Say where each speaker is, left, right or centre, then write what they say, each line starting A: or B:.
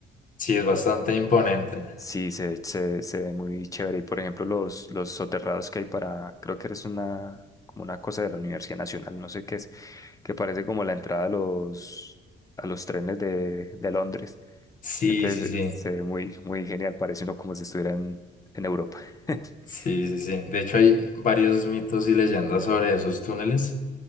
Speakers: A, on the left; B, on the left.
A: Sí, es bastante imponente.
B: Sí, se, se, se ve muy chévere. Y por ejemplo, los, los soterrados que hay para, creo que es una, como una cosa de la Universidad Nacional, no sé qué es, que parece como la entrada a los, a los trenes de, de Londres.
A: Sí,
B: Entonces
A: sí, sí.
B: se se ve muy, muy genial, parece uno como si estuviera en, en Europa. <laughs>
A: Sí, sí, sí. De hecho, hay varios mitos y leyendas sobre esos túneles